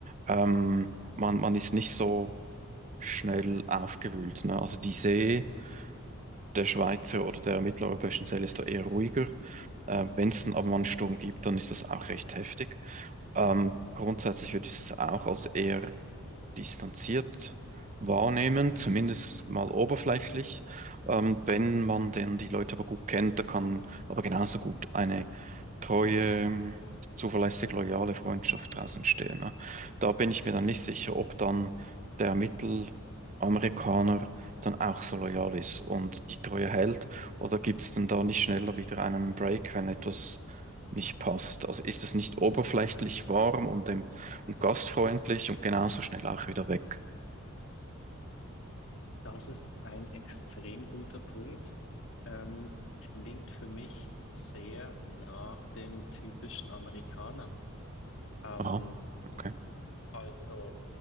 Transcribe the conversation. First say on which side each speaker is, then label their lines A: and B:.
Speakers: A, on the right; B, on the left.
A: Ähm, man, man ist nicht so schnell aufgewühlt. Ne? Also die See der Schweizer oder der mitteleuropäischen See ist da eher ruhiger. Ähm, Wenn es dann aber mal einen Sturm gibt, dann ist das auch recht heftig. Ähm, grundsätzlich würde ich es auch als eher distanziert wahrnehmen, zumindest mal oberflächlich. Ähm, wenn man denn die Leute aber gut kennt, da kann aber genauso gut eine treue, zuverlässig loyale Freundschaft draus entstehen. Ne? Da bin ich mir dann nicht sicher, ob dann der Mittelamerikaner dann auch so loyal ist und die Treue hält oder gibt es denn da nicht schneller wieder einen Break, wenn etwas nicht passt? Also ist das nicht oberflächlich warm und dem und gastfreundlich und genauso schnell auch wieder weg.
B: Das ist ein extrem guter Punkt. Ähm, klingt für mich sehr nach dem typischen Amerikaner. Ähm,
A: Aha, okay,
B: also,